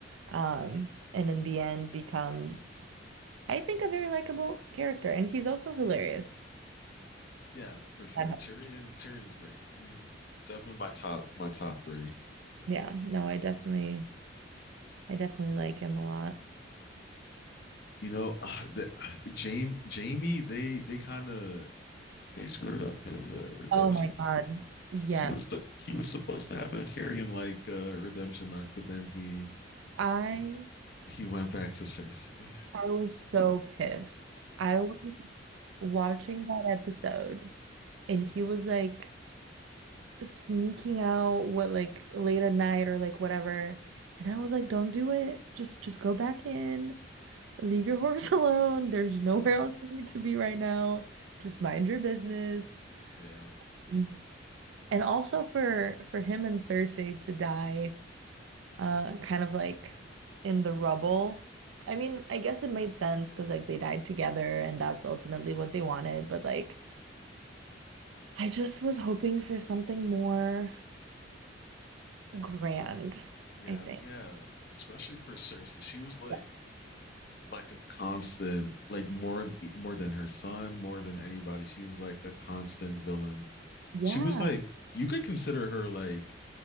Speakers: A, on the right; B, on the left.
A: Um, and in the end becomes, I think, a very likable character. And he's also hilarious.
B: Yeah, for sure.
A: That helps.
B: Tyrion Tyrion is great. He's definitely my top my top three.
A: Yeah, no, I definitely I definitely like him a lot.
B: You know, <sighs> uh, the Jamie Jamie they they kind of they screwed up his uh, redemption.
A: Oh my
B: He,
A: God. Yeah.
B: he was he was supposed to have a Tyrion like uh, redemption arc, but then he
A: I
B: he he went back to Cersei.
A: I was so pissed. I was watching that episode and he was like sneaking out what like late at night or like whatever. And I was like, don't do it. Just just go back in. Leave your horse <laughs> alone. There's
B: <laughs>
A: nowhere else you need to be right now. Just mind your business.
B: yeah,
A: Mm. And also for for him and Cersei to die, uh, kind of like in the rubble. I mean, I guess it made sense because like they died together and that's ultimately what they wanted, but like I just was hoping for something more grand,
B: yeah,
A: I think.
B: yeah. Especially for Cersei, she was like
A: Yeah,
B: like a constant, like more more than her son, more than anybody. She's like a constant villain
A: Yeah,
B: she was like you could consider her like